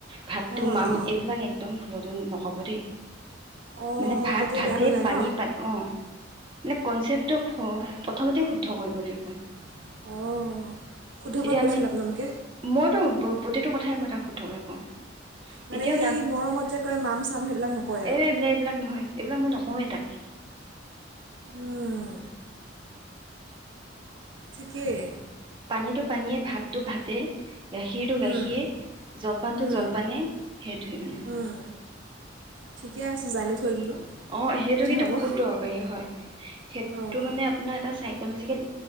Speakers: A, on the right (about 25°); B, on the right (about 70°).
A: ভাতটো
B: অঁ
A: মাম
B: অঁ
A: এইবিলাক একদম ভুলতো হব দেই
B: অঁ
A: মানে ভাত
B: তেতিয়া
A: ভাতে
B: বেয়া হৈ যায়
A: পানী
B: ন
A: পান অ মানে কনচেপ্টটো প্ৰথমতে শুদ্ধ কৰিব লাগিব।
B: অঁ শুদ্ধকৈ
A: এতিয়া
B: কৈছিল
A: আমাৰ
B: আপোনালোকে
A: মইতো প্ৰতিটো কথাই মই তাক শুদ্ধকে কওঁ।
B: মানে
A: এতিয়াও
B: সেই
A: তাক
B: মৰমত যে কয় মাম চাম সেইবিলাক নকয় আৰু
A: এ এইবিলাক এইবিলাক নহয় এইবিলাক মই নকওঁৱেই তাক।
B: উম ঠিকেই
A: পানীটো পানীয়ে ভাতটো ভাতেই গাখীৰটো গাখীৰেই
B: উম,
A: জলপানটো
B: উম,
A: জলপানেই সেইটোৱে মানে।
B: উম, ঠিকে আছে জানি থৈ দিলোঁ
A: অ সেইটো
B: সুবিধা
A: কিন্তু
B: হ'ব
A: বহুত দৰকাৰী হয় সেইটো
B: অঁ
A: মানে আপোনাৰ এটা চাইকলজিকেল